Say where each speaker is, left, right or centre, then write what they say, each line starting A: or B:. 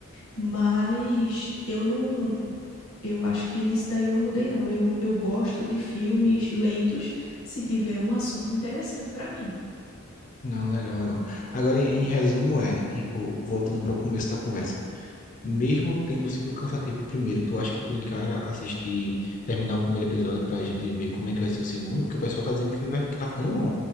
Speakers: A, on the left; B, on the left.
A: Mas eu não, eu acho que nisso daí eu não mudei, não. Eu, eu gosto de filmes lentos se tiver um assunto interessante para mim.
B: Não, legal, legal. Agora, em, em resumo, é, em- o- voltando para o começo da conversa. mesmo tendo sido cansativo o primeiro, tu acha que tu encara assistir, terminar o primeiro episódio pra gente ver como é que vai ser o segundo? Porque o pessoal tá dizendo que, vai, que tá ficando bom.